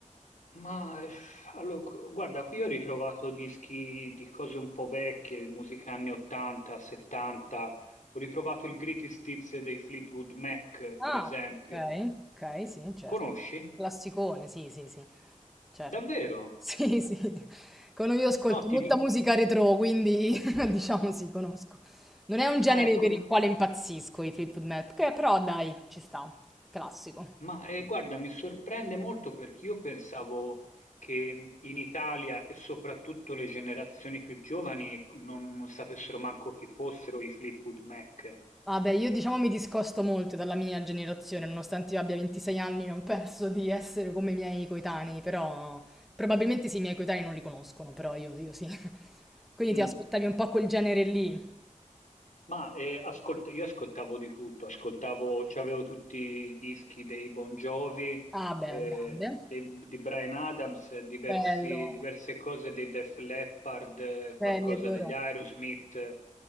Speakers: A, on the left; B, in the centre.
A: Ma eh, allora, qu- guarda, qui ho ritrovato dischi di cose un po' vecchie, musica anni 80, 70. Ho ritrovato il Greatest Hits dei Fleetwood Mac,
B: Ah,
A: per esempio.
B: ok, ok, sì, certo.
A: Conosci?
B: Classicone, sì, sì, sì, certo.
A: Davvero?
B: <laughs> Sì, sì. Con- Io ascolto
A: No, ti
B: molta
A: dico,
B: musica retro, quindi <laughs> diciamo sì, conosco. Non è un genere
A: ah, ecco,
B: per
A: n-
B: il quale impazzisco i Fleetwood Mac, che però dai, ci sta, classico.
A: ma eh, guarda, mi sorprende molto perché io pensavo che mh, in Italia e soprattutto le generazioni più giovani non, non sapessero manco chi fossero i Fleetwood Mac.
B: Vabbè, io diciamo mi discosto molto dalla mia generazione, nonostante io abbia 26 anni, non penso di essere come i miei coetanei, però probabilmente sì, i miei coetanei non li conoscono, però io, io sì. Quindi
A: Mm.
B: ti ascoltavi un po' quel genere lì.
A: Ma eh, ascolt- io ascoltavo di tutto, ascoltavo, c'avevo tutti i dischi dei Bon Jovi,
B: Ah, beh,
A: eh,
B: grande.
A: dei- di Brian Adams, diversi-
B: Bello.
A: diverse cose dei Def Leppard, eh, qualcosa
B: Beh, li adoro.
A: degli Aerosmith,